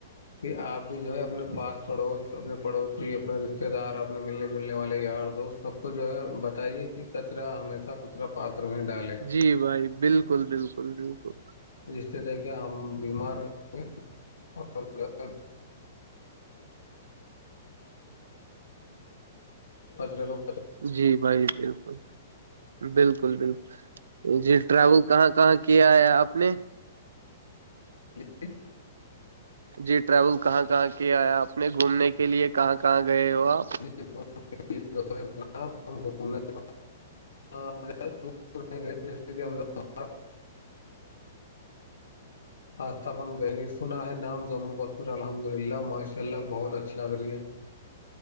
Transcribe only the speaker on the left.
کہ آپ بھی جو ہے اپنے پاس پڑوس اپنے پڑوسی اپنے رشتے دار اپنے ملنے جلنے والے یار دوست سب کو زرا بتائیے کہ کچرا ہمیں کتا کترا پاتر میں ڈالے
جس طح کہ ہم بیمار رہ گے اور <unintelligible> <unintelligible>
<inaudible>
<unintelligible> <unintelligible> آج تک ہم گ نے سنا ہے نام جموں کشمیر الحمد للہ ماشاءاللہ <unintelligible>